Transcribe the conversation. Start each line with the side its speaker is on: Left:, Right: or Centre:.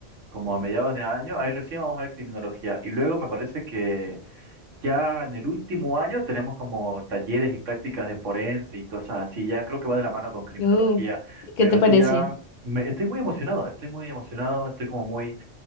Right: como a mediados de año, ahí recién vamos a ver criminología. Y luego me parece que ya en el último año tenemos como talleres y prácticas de forense y cosas así, ya creo que va de la mano con criminología,
Left: Yo- ¿y ¿Qué
Right: pero
Left: te
Right: eso
Left: parece?
Right: ya, me, estoy muy emocionado, estoy muy emocionado, estoy como muy